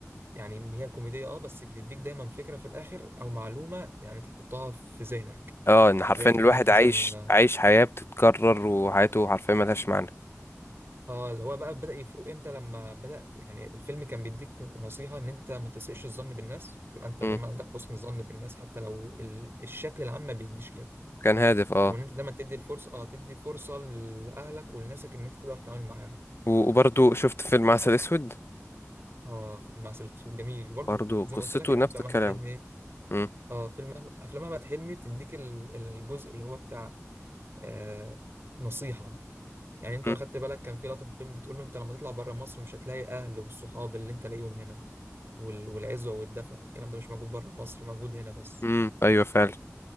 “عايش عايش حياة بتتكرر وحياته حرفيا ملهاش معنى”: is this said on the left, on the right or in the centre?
Left